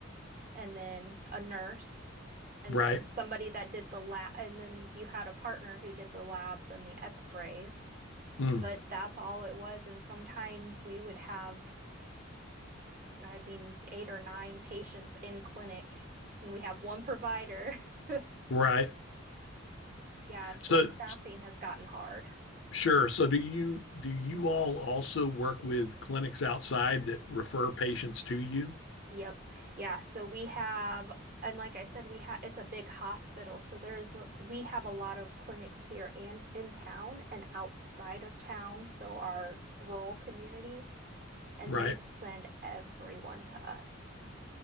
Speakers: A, on the right; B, on the left.
A: and then a nurse, and
B: right
A: then somebody that did the lab, and then you had a partner who did the labs and the x-rays.
B: Mm,
A: But that's all it was. And sometimes we would have, I mean, eight or nine patients in clinic, and we have one provider. <laughs>
B: right
A: Yeah,
B: so
A: the staffing has gotten hard.
B: sure so do you do you all also work with clinics outside that refer patients to you
A: Yep. Yeah. So we have, and like I said, we have, it's a big hospital. So there's, a- we have a lot of clinics here and in town and outside of town. So our rural communities, and
B: right
A: they send everyone to us.